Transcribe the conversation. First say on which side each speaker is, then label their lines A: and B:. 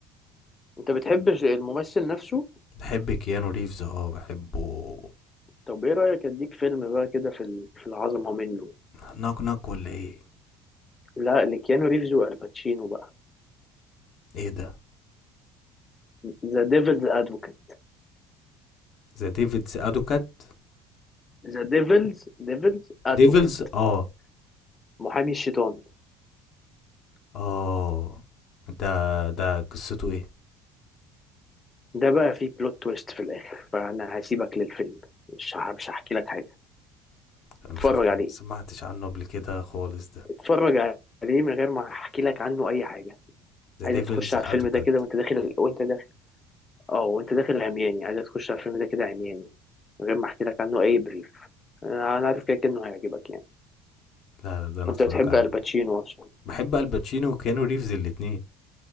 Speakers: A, on the left; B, on the left.
A: انت بتحب الممثل نفسه
B: بحب كيانو ريفز اه بحبه
A: طب ايه رايك اديك فيلم بقى كده في ال- في العظمه منه
B: ناك ناك ولا ايه
A: لا لكيانو ريفز والباتشينو بقى
B: ايه ده
A: ذا ديفلز ادفوكيت
B: ذا ديفيدز ادوكات
A: ذا ديفلز ديفلز ادفوكيت
B: ديفلز اه
A: محامي الشيطان
B: اه ده ده قصته ايه
A: ده بقى فيه بلوت تويست في الاخر فانا هسيبك للفيلم مش ه- مش هحكي لك حاجه
B: انا مش
A: اتفرج
B: شفت-
A: عليه
B: ما سمعتش عنه قبل كده خالص ده
A: اتفرج عليه من غير ما احكي لك عنه اي حاجه
B: ذا
A: عايزك
B: ديفلز
A: تخش على
B: ادوكات
A: الفيلم ده كده وانت داخل وانت داخل اه وانت داخل عمياني عايزك تخش على الفيلم ده كده عمياني من غير ما احكي لك عنه اي بريف انا أنا عارف كده كده انه هيعجبك يعني
B: لا لا ده انا
A: وانت
B: اتفرج
A: بتحب
B: عليه
A: الباتشينو اصلا
B: بحب الباتشينو وكيانو ريفز الاتنين